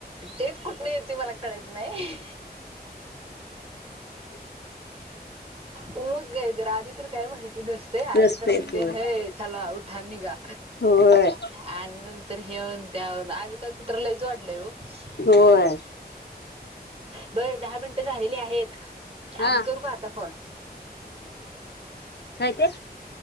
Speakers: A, on the right; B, on the left.
A: तेच कुठन येतोय मला कळत नाही, मग काय तर आधी तर काय ती दिसतंय आधी
B: नसतोय
A: तर म्हणजे
B: होय
A: हे चला उठा आणि निघा.
B: होय
A: आणि नंतर ह्यावरून त्यावर आज कालची तर लईच वाढ हॅलो-
B: होय
A: बर दहा मिनटं झालेली आहेत.
B: हा
A: आम्ही करू का आता कॉल? <unintelligible>
B: काय ते?